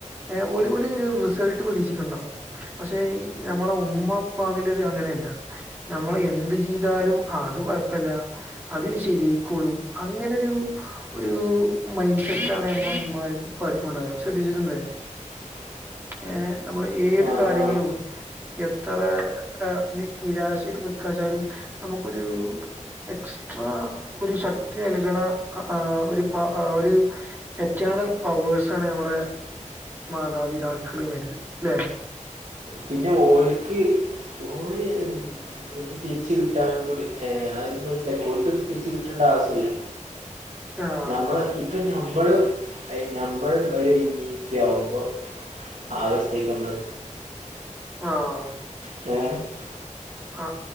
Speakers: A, on the right (about 15°); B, on the right (about 70°).
A: എ ഒരു ഒല് റിസൾട്ട് പ്രതീക്ഷിക്ക് ണ്ടാവും പക്ഷെ നമ്മളെ ഉമ്മപ്പവിലത് അങ്ങനെല്ല നമ്മൾ എന്ത് ചെയ്താലും അത് കുഴപ്പല്ല അതിനി ശരിയയിക്കോളും അങ്ങനെരു ഒരു മൈൻഡ് സെറ്റാണ്ഞമ്മളെമ്മാർക്കും പ്പാർക്കു ണ്ടാക ശ്രദ്ധിച്ചിട്ടല്ലേ
B: <inaudible>
A: ഏ നമ്മളെ ഏത്
B: ആ
A: കാര്യങ്ങളും
B: ആ
A: എത്ര നി നിരാശ നിൽക്കുകച്ചാലും നമുക്കൊരു എക്സ്ട്രാ ഒരു ശക്തി നൽകണ ആ ഒരു പ ഒരു എറ്റേണൽ പവേഴ്സണ് ഞമ്മടെ മാതാപിതാക്കൾ <unintelligible> ല്ലെ
B: പിന്നെ ഓൽക്ക് ഓല് <unintelligible> എന്ത് തിരിച്ച കിട്ടൻ കൂടി <unintelligible> തിരിച്ച് കിട്ടേണ്ട ആവശ്യമില്ല
A: ആഹ്
B: ഞമ്മള് ഇപ്പൊ ഞമ്മള് ഞമ്മള് ഒരു ഇമ്മിം പ്പിം ആവുമ്പോ ആകസ്ത്തേക്കമ്പള
A: ആഹ്
B: <inaudible>
A: ഹാ